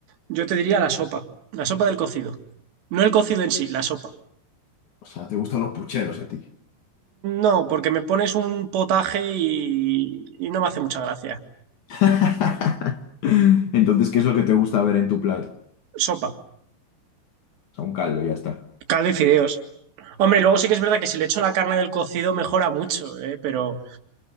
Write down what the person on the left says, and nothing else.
O sea, te gustan los pucheros a ti.
<laughs> Entonces, ¿qué es lo que te gusta ver en tu plato?
O sea, un caldo, ya está.